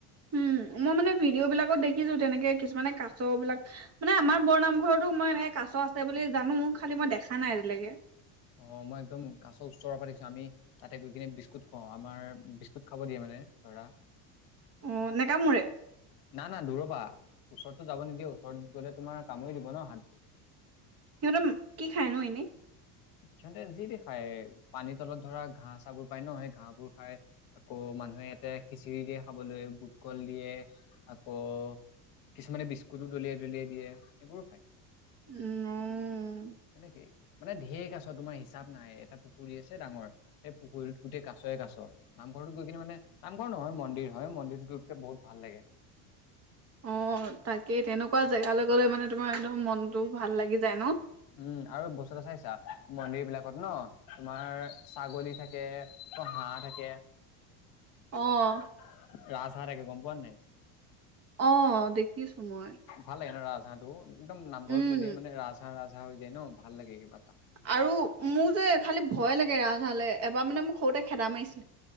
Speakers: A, on the right; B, on the left.
A: উম' মই মানে ভিডিঅ' বিলাকত দেখিছো তেনেকে কিছুমানে কাছ বিলাক মানে আমাৰ বৰনামঘৰতো মই এনেকে কাছ আছে বুলি জানো! খালি মই দেখা নাই আজিলৈকে?
B: অ' মই একদম কাছৰ ওচৰৰ পৰা দেখিছো আমি তাতে গৈ কিনে বিস্কুট খোৱাও আমাৰ বিস্কুট খাব দিয়ে মানে ধৰা।
A: অ' নেকামোৰে।
B: না না দূৰৰ পৰা ওচৰতো যাব নিদিয়ে ওচৰত গ'লে তোমাৰ কামুৰি দিব ন হাতত।
A: সিহঁতে কি খায়নো এনেই?
B: সিহঁতে যিতি খায় পানীৰ তলত ধৰা ঘাঁহ - চা বোৰ পায় ন সেই ঘাঁহ বোৰ খাই। আকৌ মানুহে ইয়াতে খিচিৰি দিয়ে খাবলৈ বুট-কল দিয়ে আকৌ কিছুমানে বিস্কুটো দলিয়াই দলিয়াই দিয়ে সেইবোৰো খায়।
A: অ'
B: সেনেকে মানে ঢেৰ কাছ তোমাৰ হিচাপ নাই এটা পুখুৰী আছে ডাঙৰ। এই পুখুৰীত গোটেই কাছয়ে কাছ। নামঘৰটোত গৈ কিনে মানে নামঘৰ নহয় মন্দিৰ হয় মন্দিৰত গৈ পনে বহুত ভাল লাগে।
A: অ' তাকেই তেনেকুৱা জেগালৈ গ'লে মানে তোমাৰ একদম মনতটো ভাল লাগি যায় ন।
B: উম, আৰু বস্তু এটা চাইছা মন্দিৰ বিলাকত ন তোমাৰ ছাগলী থাকে। থাকে অ' হাঁহ থাকে।
A: অ'
B: ৰাজহাঁহ থাকে গম পোৱা নাই।
A: অ' দেখিছো মই।
B: ভাল লাগে ন ৰাজ হাঁহ টো একদম নামঘৰত
A: উম
B: গ'লে মানে ৰাজ হাঁহ ৰাজহাঁহ হৈ যায় ন ভাল লাগে কিবা এটা।
A: আৰু মোৰ যে খালী ভয় লাগে ৰাজহাঁহ লৈ এবাৰ মানে মোক সৰুতে খেদা মাৰিছিলে।